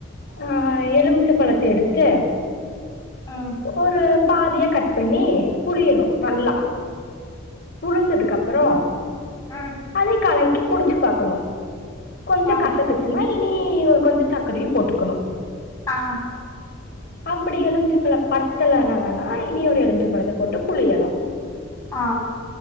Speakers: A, on the left; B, on the left.
A: ஆ எலுமிச்ச பழத்த எடுத்து
B: ம்
A: ஒரு பாதிய கட் பண்ணி புழியணு நல்லா புழிஞ்சதுக்கப்பறோ
B: ம்
A: தண்ணி கலக்கி குடிச்சி பாக்கணு கொஞ்சோ
B: ஆ
A: கசக்குச்சி னா இனி ஒரு கொஞ்சோ சக்கரையு போட்டுக்கணு
B: ஆ
A: அப்பிடி எலுமிச்சப்பழ பத்தலனா வேணா இனி ஒரு எலுமிச்ச பழத்த போட்டு புழியலா
B: ஆ